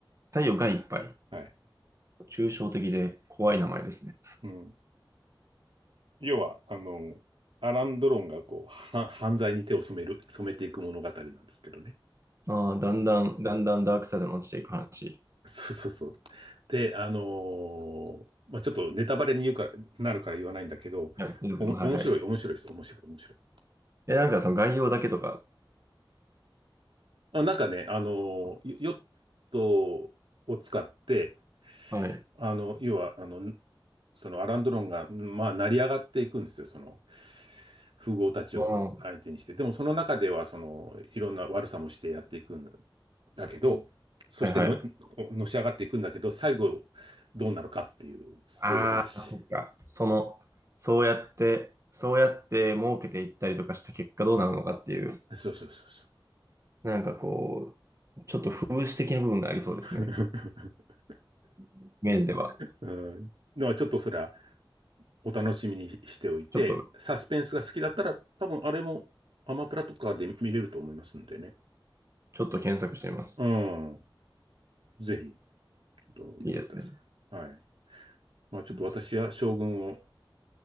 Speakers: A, on the right; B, on the right.
A: 太陽がいっぱい。
B: はい。
A: 抽象的で怖い名前ですね。
B: うん。うん要は、あの、アラン・ドロンがこう、は犯罪に手を染める、染めていく物語なんですけどね。
A: ああ、だんだん、だんだんダークサイドに落ちていく話。
B: そうそうそう。で、あのーまあ、ちょっとネタバレに言うから、なるから言わないんだけど、
A: はい、全然はいはい。
B: おも、面白い、面白いです。面白い、面白い。
A: え、なんかその概要だけとか。
B: あ、なんかね、あのーヨヨットを使って、
A: はい。
B: あの、要は、あの、そのアラン・ドロンが、まあ、成り上がっていくんですよ、その、富豪たちを相手にして。
A: うん。
B: でも、その中では、その、いろんな悪さもしてやっていくんだけど、そしての、
A: はいはい。
B: のし上がっていくんだけど、最後、どうなるかっていう、そういう話。
A: ああ、そっか。その、そうやって、そうやって儲けていったりとかした結果どうなるのかっていう、
B: そうそうそうそう。
A: なんかこう、ちょっと風刺的な部分がありそうですね。
B: <laughs>
A: イメージでは。
B: うん。のは、ちょっとそれは、お楽しみにしておいて、
A: ちょっと、
B: サスペンスが好きだったら、多分、あれも、アマプラとかで見れると思いますんでね。
A: ちょっと検索してみます。
B: うん。ぜひ。と見てください。
A: いいですね。
B: はい。まあ、ちょっと私は将軍を
A: そう